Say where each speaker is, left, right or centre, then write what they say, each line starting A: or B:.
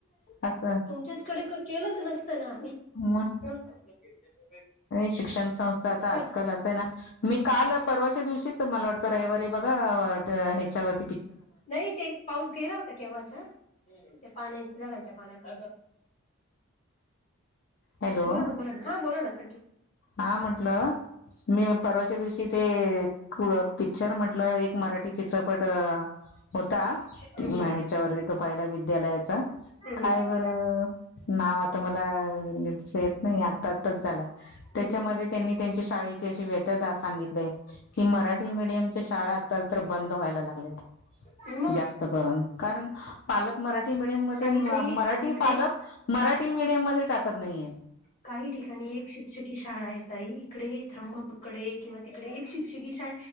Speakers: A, on the left; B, on the left.
A: असं
B: त्याच्याच कडे केलंच नसतं ना आम्ही.
A: म.
B: <unintelligible>
A: शिक्षण संस्था आता
B: चल
A: आजकाल असं आहे ना मी काल परवा च्या दिवशीच मला वाटतं रविवारी बघा ह्याच्यावर्
B: नाही ते पाऊस गेला होता केव्हाच ते पान झाडांच्या पाण्यात
A: हॅलो
B: बोला ना बोला ना हा बोला ना कन्टीन्यू
A: हा म्हंटलं मी परवाच्या दिवशी ते - पिक्चर म्हटलं एक मराठी चित्रपट अ होता ह्याच्यावरती
B: हम्म
A: तो- पहिला विद्यालयाचा-
B: हम्म
A: काय
B: हम्म
A: बरं नाव आता मला नटच येत नाही आता आत्ताच झाला. त्याच्यामध्ये
B: हम्म
A: त्यांनी त्यांच्या शाळे व्य सांगित की मराठी मडयम शाळा आ तर बंद व्हायला लागल्यात
B: हम्म मग
A: जास्त करून कारण पालक मराठी मीडियम मध्ये
B: काही
A: मराठी
B: काही इकडे
A: पालक मराठी मीडियम मध्ये टाकत नाहीये
B: काही ठिकाणी एक शिक्षक शाळा येत आहे इकडे ध्रममकडे किंवा तिकडे एक शिक्षिकी शा